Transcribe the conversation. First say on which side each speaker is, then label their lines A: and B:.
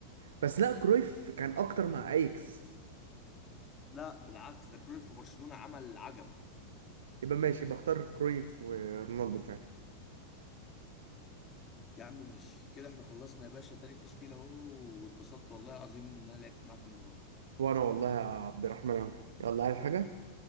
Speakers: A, on the right; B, on the left.
A: بس لا كرويف كان اكتر مع ايكس
B: لا بالعكس ده كرويف في برشلونة عمل عجب
A: يبقى ماشي بختار كرويف ورونالدو فعلا
B: يا عم ماشي كده احنا خلصنا يا باشا تاني تشكيلة اهو واتبسطت والله العظيم ان انا لعبت معاك النهارده
A: وانا والله يا عبد الرحمن اوي يلا عايز حاجة